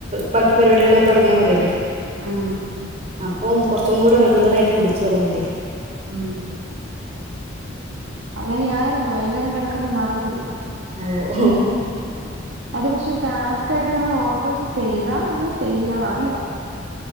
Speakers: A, on the right; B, on the right.
A: ബാക്കി പരിപാട്യള് തോടങ്ങിയാ മതിയല്ലോ
B: ആഹ്
A: അപ്പം കുറച്ചുകൂടെ റെഗുലറായിട്ട് കുടിച്ച തുടങ്ങുലേ
B: ഉം അങ്ങനെ ആര് വൈകുന്നേരം കിടക്കമ്പമറന്ന് പോകും
A: ആഹ് ഒ
B: അത് പക്ഷെ ടാസ്ക ട്ട് നമ്മൾ ഓർത്ച്ച്ചെയ്താ <unintelligible> ചെയ്യണം അല്ലേ